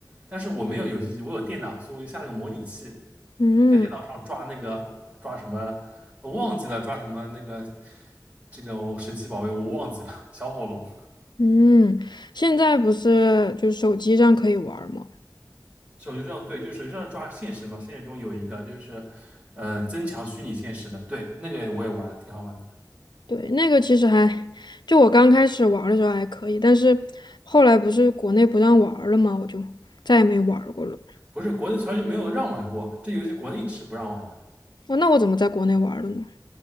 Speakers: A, on the right; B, on the left.
A: 但是我没有游戏机，我有电脑，所以我就下了个模拟器。
B: 嗯
A: 在电脑上抓那个抓什么，我忘记了抓什么那个这个我神奇宝贝我忘记了，小火龙。
B: 嗯，现在不是就是手机上可以玩儿吗？
A: 手机上对，就手机上抓现实嘛，现实中有一个就是，呃，增强虚拟现实的，对，那个我也玩了，挺好玩的。
B: 对，那个其实还，就我刚开始玩儿的时候还可以，但是后来不是国内不让玩儿了吗？我就再也没玩儿过了。
A: 不是国内从来就没有让玩过，这游戏国内是不让玩的。
B: 哦，那我怎么在国内玩儿了呢？